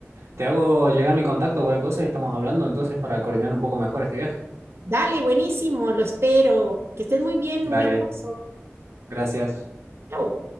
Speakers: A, on the right; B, on the right.
A: te hago llegar mi contacto o cualquier cosa y estamos hablando entonces para coordinar un poco mejor este viaje.
B: Dale, buenísimo, lo espero. Que estés muy bien,
A: Dale,
B: un abrazo.
A: gracias.
B: Chao.